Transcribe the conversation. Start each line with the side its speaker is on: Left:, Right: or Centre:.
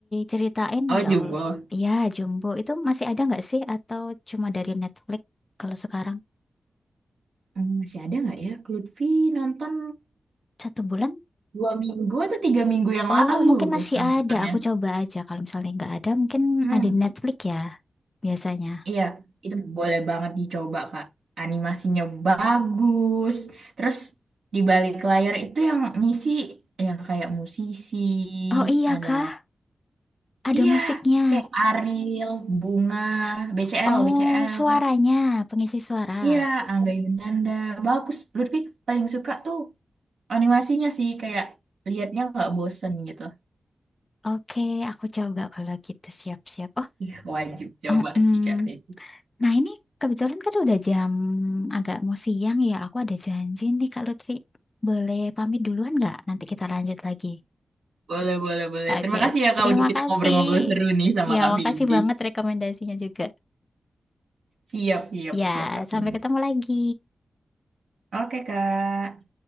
Left: ceritain
Right: Oh,
Left: ya
Right: Jumbo.
Left: Allah. Iya, Jumbo itu masih ada nggak sih atau cuma dari Netflix kalau sekarang?
Right: Hmm, masih ada nggak ya? Lutfi nonton
Left: Satu bulan?
Right: dua minggu atau tiga minggu yang
Left: Oh,
Right: lalu
Left: mungkin
Right: tuh
Left: masih
Right: nontonnya.
Left: ada. Aku coba aja. Kalau misalnya nggak ada, mungkin
Right: Hmm.
Left: ada di Netflix ya biasanya.
Right: Iya, itu boleh banget dicoba, Kak. Animasinya bagus. Terus di balik layar itu yang ngisi ya kayak musisi,
Left: Oh iya
Right: ada
Left: kah? Ada
Right: iya,
Left: musiknya.
Right: kayak Ariel, Bunga, BCL,
Left: Oh,
Right: BCL.
Left: suaranya, pengisi suara.
Right: Iya, Angga Yunanda. Bagus. Lutfi paling suka tuh animasinya sih kayak liatnya nggak bosen gitu.
Left: Oke, aku coba kalau gitu siap-siap.
Right: Iya, wajib coba
Left: Oh, mm-mm.
Right: sih, Kak. Itu.
Left: Nah, ini kebetulan kan udah jam agak mau siang ya. Aku ada janji nih Kak Lutfi. Boleh pamit duluan nggak? Nanti kita lanjut lagi.
Right: Boleh, boleh, boleh.
Left: Oke,
Right: Terima kasih ya,
Left: terima
Right: Kak, udah kita
Left: kasih.
Right: ngobrol-ngobrol seru nih sama
Left: Ya,
Right: Kak
Left: makasih
Right: Vindi.
Left: banget rekomendasinya juga.
Right: Siap, siap,
Left: Ya,
Right: siap Kak
Left: sampai
Right: Vini.
Left: ketemu lagi.
Right: Oke Kak,